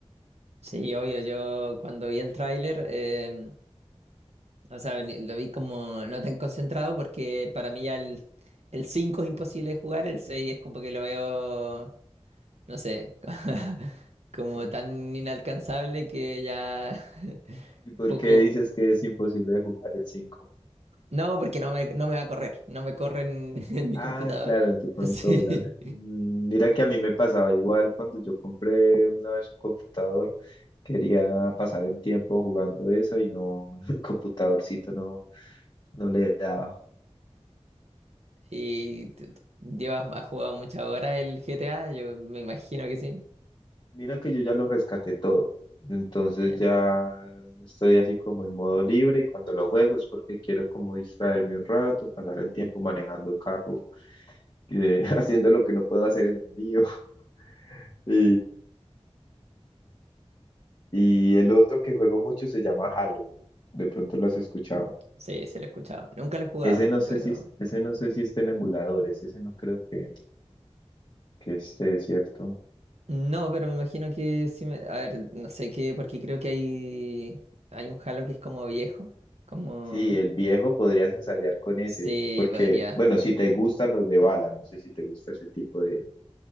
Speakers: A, on the right; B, on the left.
A: Sí, obvio, yo cuando vi el tráiler, em, o sea, ni- lo vi como no tan concentrado porque para mí ya el, el 5 es imposible de jugar, el 6 es como que lo veo, no sé, <laughs> como
B: <laughs>
A: tan inalcanzable que ya <laughs>
B: ¿Y por
A: poco...
B: qué dices que es imposible de jugar el cinco
A: No, porque no me, no me va a correr, no me corre en, <laughs> en mi
B: Ah,
A: computador.
B: claro, en
A: <laughs>
B: tu consola.
A: Sí.
B: Mm, Mira que a mí me pasaba igual cuando yo compré una vez un computador. Quería pasar el tiempo jugando eso y no, <laughs> el computadorcito no, no le daba.
A: ¿Y t- t- llevas, has jugado muchas horas el GTA? Yo me imagino que sí.
B: Mira que yo ya lo rescaté todo. Entonces
A: Ya.
B: ya estoy así como en modo libre y cuando lo juego es porque quiero como distraerme un rato, pasar el tiempo manejando carro, que- <laughs> haciendo lo que no puedo hacer en el mío. <laughs> Y, y el otro que juego mucho se llama Halo. De pronto lo has escuchado.
A: Sí, se lo he escuchado. Nunca lo he jugado,
B: Ese no sé
A: pero...
B: si es- ese no sé si está en emuladores, ese no creo que, que esté, ¿cierto?
A: No, pero me imagino que sí me... A ver, no sé qué, porque creo que hay... Hay un Halo que es como viejo. Como...
B: Sí, el viejo podrías ensayar con ese,
A: Sí,
B: porque,
A: podría.
B: bueno, si te gustan los de bala, no sé si te gusta ese tipo de,